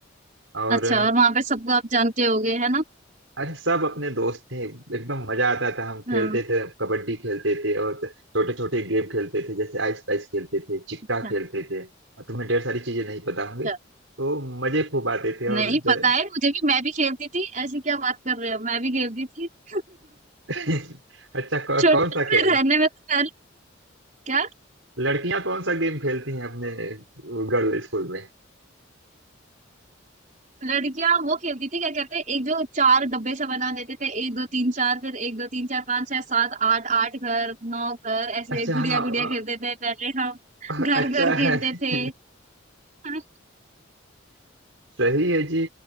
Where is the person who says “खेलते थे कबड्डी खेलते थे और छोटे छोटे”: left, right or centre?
Right